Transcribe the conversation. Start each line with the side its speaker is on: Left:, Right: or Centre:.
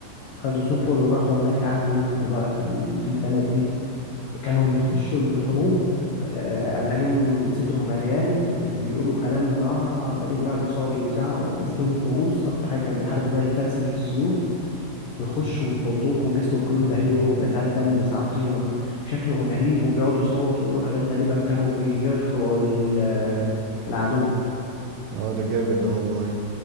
Left: خدوا سفن وراحوا هناك قعدوا ينهبوا بقى في ال- في البلد دي كانوا بيخشوا الحروب آه، قالعين صدرهم عريان وبيقولوا كلام ما عمالين بقى بيصوتوا ويزعقوا وماسكين فؤوس أكتر حاجة كان بيحاربوا بيها الفاس مش السيوف ويخشوا ويخضوك وجسمه كله دهنين وبيبقى ساعات دم ساعات طينة وشكلهم غريب وبيقعدوا يصوتوا ويقولوا حاجات غريبة فكانوا بيخرعوا ال- العدو
Right: اه ده جامد ده والله